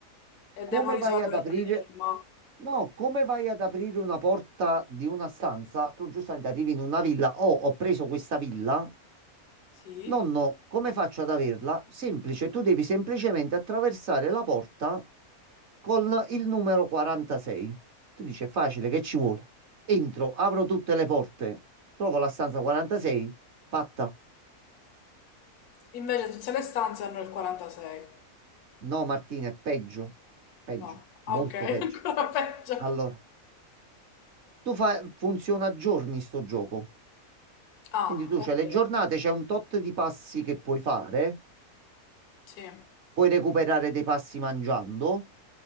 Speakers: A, on the left (about 85°); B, on the right (about 60°).
A: E
B: come
A: devo risolvere
B: vai ad aprire?
A: un enigma.
B: No, come vai ad aprire una porta di una stanza? Tu giustamente arrivi in una villa. Oh, ho preso questa villa.
A: Sì.
B: Nonno, come faccio ad averla? Semplice, tu devi semplicemente attraversare la porta con il numero 46. Tu dici, è facile, che ci vuole? Entro, apro tutte le porte, trovo la stanza 46, fatta.
A: Invece tutte le stanze hanno il 46.
B: No, Martina, è peggio, è peggio,
A: No.
B: molto
A: Ah, ok, <laughs>
B: peggio.
A: ancora peggio.
B: Allora, tu fai, funziona a giorni sto gioco.
A: Ah,
B: Quindi tu
A: ok.
B: c'hai le giornate, c'è un tot di passi che puoi fare,
A: Sì.
B: puoi recuperare dei passi mangiando,